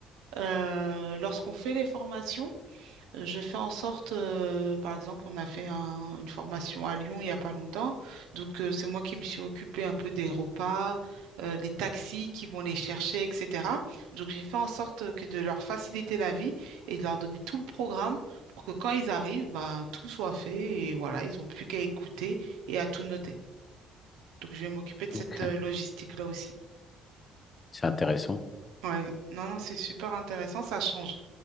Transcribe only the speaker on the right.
euh, lorsqu'on fait les formations, euh, je fais en sorte, euh, par exemple, on a fait un- une formation à Lyon il n'y a pas longtemps. Donc, euh, c'est moi qui me suis occupée un peu des repas, euh, les taxis qui vont les chercher, etc. Donc, j'ai fait en sorte que de leur faciliter la vie et de leur donner tout le programme pour que quand ils arrivent, ben, tout soit fait et voilà, ils n'ont plus qu'à écouter et à tout noter. Donc, je vais m'occuper de
cette euh, logistique-là aussi.
Ouais. Non, non, c'est super intéressant. Ça change